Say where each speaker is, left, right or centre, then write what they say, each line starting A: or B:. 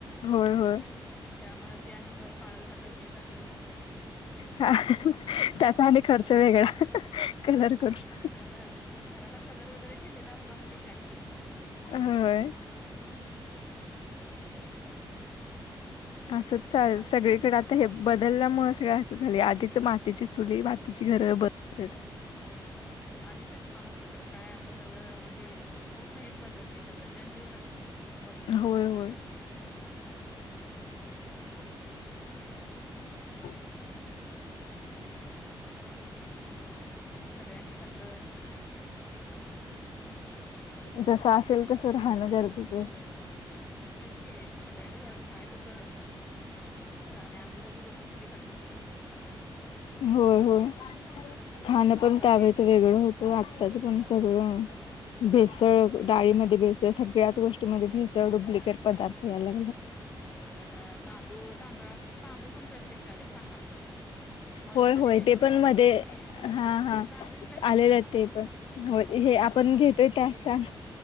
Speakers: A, on the left; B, on the left.
A: होय होय
B: त्यामुळे ते आणि घर काळ झालं हे झालं
A: हा त्याचा आणि खर्च वेगळा कलर करून
B: ह घराला कलर वगैरे केलेला असला म्हणजे घ्या की
A: होय
B: तेच
A: असंच
B: की सगळं
A: चाल
B: असं
A: सगळीकडे
B: झालंय सगळं
A: आता हे ब आडल्यामुळे सगळं असं झाली आधीच मातीची चुली मातीची घर बनत
B: होय आणि आधीच छान होतं खरं काय आता सगळं म्हणजे पूर्ण हेच बदललंय सगळं जनजीवनच बददले
A: होय होय हा
B: त्यामुं सगळ्यांच्या सारखं
A: जस असेल तस राहणं गरजेच
B: होय तेच कि सगळ्यांच्या सारखं आहे तसं राहणे अगोदरची लोकं किती घट होती
A: होय होय खाणं पण
B: आत्ताची
A: त्यावेळेच वेगळं होत तर आत्ताचं पण सगळं भेसळ
B: वेगळं
A: डाळीमध्ये भेसळ सगळ्याच गोष्टी ध्ये डुप्लिकेट
B: भेसळ
A: पदार्थ याग
B: होय आता तांदूळ तांदळा तांदूळ पण प्लस्टिक चालेत सांगा मधी
A: होय
B: मधी
A: होय
B: पेपरला
A: ते पण
B: वाचलं
A: मध्ये
B: होतं मी
A: हा हा
B: तांदूळ प्लॅस्टिकचे
A: आलेले ते पण हो हे
B: आता सगळं
A: आपण
B: बघूनच
A: घेतोय त्या तां